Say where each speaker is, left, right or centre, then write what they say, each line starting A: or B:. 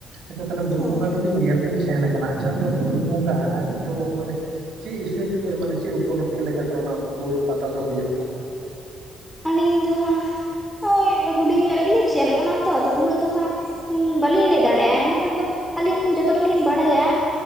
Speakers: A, on the right (about 75°); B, in the centre.
A: ᱟᱪᱪᱷᱟ᱾ ᱛᱟᱦᱞᱮ ᱵᱩᱨᱩ
B: ᱦᱳᱭ
A: ᱵᱚᱸᱜᱟ ᱫᱚᱵᱤᱱ ᱧᱮᱞ ᱵᱤᱱ ᱥᱮᱱ ᱠᱟᱱᱟᱼᱼ ᱠᱟᱱᱟ ᱟᱪᱪᱷᱟ <unintelligible> ᱚᱱᱟ ᱵᱩᱨᱩ ᱵᱚᱸᱜᱟ ᱫᱚ ᱢᱟᱱᱮᱼᱼ ᱪᱮᱫ ᱦᱤᱥᱟᱹᱵ ᱛᱮ, ᱢᱟᱱᱮ ᱪᱮᱫ ᱩᱯᱚᱞᱚᱠᱠᱷᱮ ᱞᱮᱠᱟᱛᱮ ᱚᱱᱟ ᱵᱩᱨᱩ ᱯᱟᱛᱟ ᱫᱚ ᱦᱳᱭᱳᱜ ᱠᱟᱱᱟ?
B: ᱟᱹᱞᱤᱧ ᱫᱚ ᱦᱟᱸᱜ ᱳᱭ ᱦᱩᱰᱤᱧ ᱧᱚᱜ ᱨᱮᱜᱮ ᱞᱤᱧ ᱥᱮᱱ ᱠᱟᱱᱟ ᱛᱚ ᱾ ᱟᱫᱚ ᱩᱱᱟᱹᱜ ᱫᱚ ᱦᱟᱸᱜᱼᱼ ᱩᱸ ᱵᱟᱞᱤᱧ ᱞᱟᱹᱭ ᱫᱟᱲᱮᱭᱟᱜᱼᱟ᱾ ᱮᱱᱠᱷᱟᱱ ᱫᱚ ᱟᱹᱞᱤᱧ ᱡᱚᱛᱚᱴᱟ ᱞᱤᱧ ᱵᱟᱲᱟᱭᱟᱼᱼ